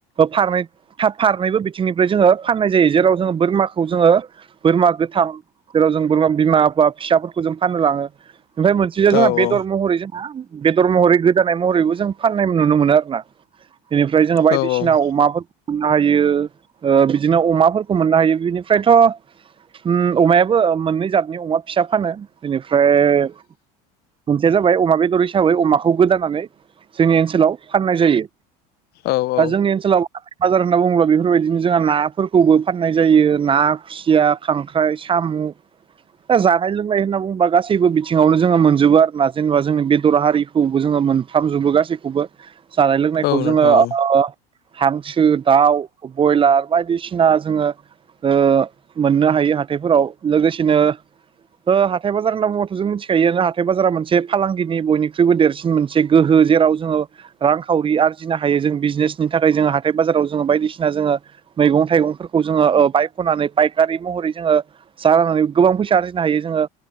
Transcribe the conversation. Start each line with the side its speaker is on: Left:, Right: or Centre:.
Right: फारनै फा फारनैबो बिथिंनिफ्राय जोङो फाननाय जायो जेराव जोङो बोरमाखौ जोङो बोरमा गोथां जेराव जों बोरमा बिमा बा फिसाफोरखौ जों फान्नो लाङो ओमफाय मोनसेया
Left: औ
Right: जोंहा बेदर महरै जोंहा बेदर महरै गोदानाय महरैबो जों फाननाय नुनो मोनो आरो ना बेनिफ्राय जोङो बायदिसिना
Left: औ
Right: अमा मोननो हायो ओ बिदिनो अमाफोरखौ मोननो हायो बिनिफ्रायथ उम अमायाबो मोननै जादनि अमा फिसा फानो बेनिफ्राय मोनसेया जाबाय अमा बेदर हिसाबै अमाखो खौ गोदानानै जोंनि ओनसोलाव फाननाय जायो
Left: औ औ
Right: दा जोंनि ओनसोलाव बाजार होनना बुङोब्ला बेफोरबायदिनो जोंहा नाफोरखौबो फाननाय जायो ना खुसिया खांख्राइ साम औ दा जानाय लोंनाय होनना बुंबा गासैबो बिथिङावनो जोङो मोनजोबो आरो ना जेनेबा जोंनि बेदर हारि खौबो जोङो मोनथामजोबो गासैखौबो जानाय लोंनायखौ
Left: औ नोंथां
Right: जोङो
Left: औ
Right: ओ हांसो दाउ बयलार बायदिसिना जोङो ओ मोननो हायो हाथायफोराव लोगोसेनो ओ हाथाइ बाजार होनना बुंबाथ जों मिथिखायो नालाय हाथाय बाजारा मोनसे फालांगिनि बयनि ख्रुइबो देरसिन मोनसे गोहो जेराव जोङो रांखावरि आरजिनो हायो जों बिजनेसनि थाखाय जोङो हाथाय बाजार ओ बायदिसिना जोंङो मैगं थाइगं फोरखौ जोंङो ओ बायखनानै पायकारि महरै जोंङो गोबां फैसा आरजिनो हायो जोङो